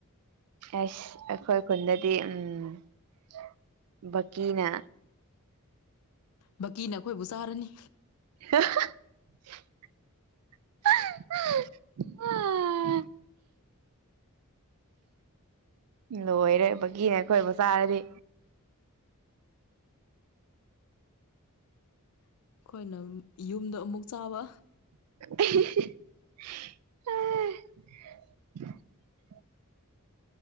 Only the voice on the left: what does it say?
ꯕꯀꯤꯅ ꯑꯩꯈꯣꯏꯕꯨ ꯆꯥꯔꯅꯤ
ꯑꯩꯈꯣꯏꯅ ꯌꯨꯝꯗꯣ ꯑꯃꯨꯛ ꯆꯥꯕ